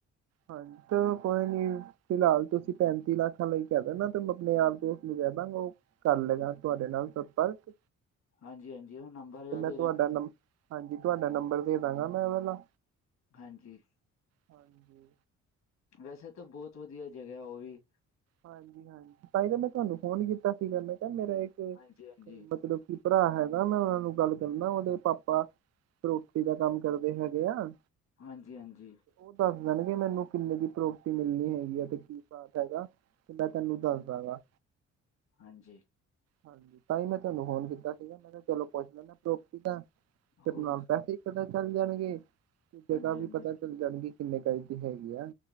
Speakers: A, on the right; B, on the left.
A: ਹਾਂਜੀ ਤ ਕੋਈ ਨੀ ਫਿਲਹਾਲ ਤੁਸੀਂ ਪੈਂਤੀ ਲੱਖਾਂ ਲਈ ਕਹਿ ਦ ਨਾ ਤੇ ਆਪਣੇ ਆਪ ਦੋਸਤ ਨੂੰ ਕਹਿ ਦਾਂਗਾ ਉਹ ਕਰ ਲਗਾ ਤੁਹਾਡੇ ਨਾਲ ਸੰਪਰਕ
B: ਹਾਂਜੀ ਹਾਂਜੀ ਜ ਉਹ ਨੰਬਰ ਜਾ
A: ਤੇ ਮੈਂ
B: ਦੇ
A: ਤੁਹਾਡਾ
B: ਦੇਣਾ
A: ਨ ਹਾਂਜੀ ਤੁਹਾਡਾ ਨੰਬਰ ਦੇ ਦਾਂਗਾ ਮੈਂ ਵਹਿਾਂ
B: ਹਾਂਜੀ
A: ਹਾਂਜੀ
B: ਵੈਸੇ ਤਾਂ ਬਹੁਤ ਵਧੀਆ ਜਗ੍ਹਾ ਉਹ ਵੀ
A: ਹਾਂਜੀ ਹਾਂਜੀ ਤਾਂਾ ਤਾਂ ਮੈਂ ਤੁਹਾਨੂੰ ਫੋਨ ਕੀਤਾ ਸੀਗਾ ਮੈਂ ਕਿਹਾ ਮੇਰਾ ਇੱਕ
B: ਹਾਂਜੀ ਹਾਂਜੀ
A: ਮਤਲਬ ਕਿ ਭਰਾ ਹੈਗਾ ਮੈਂ ਉਹਨਾਂ ਨੂੰ ਗੱਲ ਕਰਨਾ ਉਹਦੇ ਪਾਪਾ ਪ੍ਰੋਪਟੀ ਦਾ ਕੰਮ ਕਰਦੇ ਹੈਗੇ ਆ
B: ਹਾਂਜੀ ਹਾਂਜੀ
A: ਉਹ ਦੱਸ ਦੇਣ ਕਿ ਮੈਨੂੰ ਕਿੰਨੇ ਦੀ ਪ੍ਰੋਪਰਟੀ ਮਿਲਣੀ ਹੈਗੀ ਆ ਤੇ ਕੀ ਸਾਥ ਹੈਗਾ ਤੇ ਮੈਂ ਤੈਨੂੰ ਦੱਸ ਦਗਾ
B: ਹਾਂਜੀ
A: ਹਾਂਜੀ ਤਾਂ ਹੀ ਮੈਂ ਤੁਹਾਨੂੰ ਫੋਨ ਕੀਤਾ ਸੀਗਾ ਮੈਂ ਤਾਂ ਚਲੋ ਪੁੱਛ ਲੈਂਦਾ ਪ੍ਰੋਪਟੀ ਤਾਂ ਤੇ
B: ਹੋ
A: ਆਪਣਾ ਪੈਸੇ ਪਤਾ ਚੱਲ ਜਾਣਗੇ ਜ੍ਹਾ
B: ਹਾਂਜੀ ਹਾਂਜੀ
A: ਵੀ ਪਤਾ ਚੱਲ ਜਾਣਗੇ ਕਿੰਨੇ ਕਜ਼ ਦੀ ਹੈਗੀ ਆ